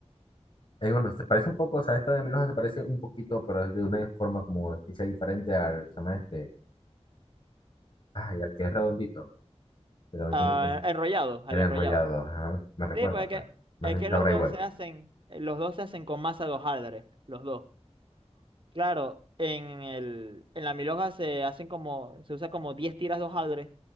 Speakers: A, on the left; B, on the right.
A: Es bueno, se parece un poco, o sea, esta de Milhoja se parece un poquito, pero es de una forma como hecha diferente al, se llama este, ay, al que es redondito, que también
B: Ah,
A: tiene como
B: enrollados, al
A: el enrollado,
B: enrollado.
A: ajá, me recuerda,
B: Sí, pues es
A: pues.
B: que,
A: No
B: es
A: sé
B: que
A: si sabrá
B: los dos
A: igual.
B: se hacen, los dos se hacen con masa de hojaldre, los dos. Claro, en el, en la milhoja se hacen como, se usa como 10 tiras de hojaldre,